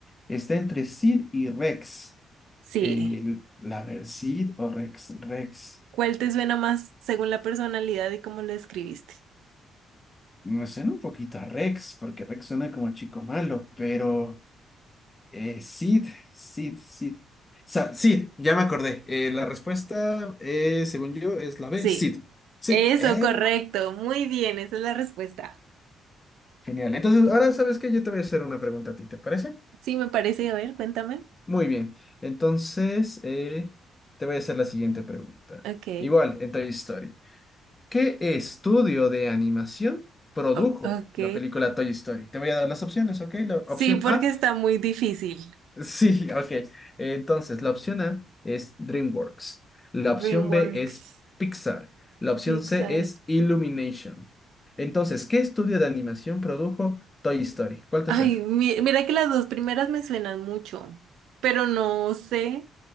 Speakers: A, on the left (about 20°); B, on the right (about 85°).
A: Está entre Sid y Rex.
B: Sí.
A: El- la ver, Sid o Rex. Rex.
B: ¿Cuál te suena más según la personalidad y cómo lo escribiste?
A: Me suena un poquito a Rex, porque Rex suena como chico malo, pero eh, Sid, Sid, Sid. Sa- Sid, ya me acordé. Eh, la respuesta, eh, según yo, es la B,
B: Sí.
A: Sid. Sí,
B: Eso,
A: eh.
B: correcto. Muy bien, esa es la respuesta.
A: Genial. Entonces, ahora sabes que yo te voy a hacer una pregunta a ti, ¿te parece?
B: Sí, me parece. A ver, cuéntame.
A: Muy bien. Entonces, eh, te voy a hacer la siguiente pregunta.
B: Ok.
A: Igual, en Toy Story. ¿Qué estudio de animación produjo
B: O- ok.
A: la película Toy Story? Te voy a dar las opciones, ¿ok? La
B: Sí,
A: opción
B: porque
A: A,
B: está muy difícil.
A: <laughs> sí, ok. Entonces, la opción A es DreamWorks. La opción
B: DreamWorks,
A: B es Pixar. La opción
B: Pixar.
A: C es Illumination. Entonces, ¿qué estudio de animación produjo Toy Story? ¿Cuál te
B: Ay,
A: suena?
B: mi- mira que las dos primeras me suenan mucho, pero no sé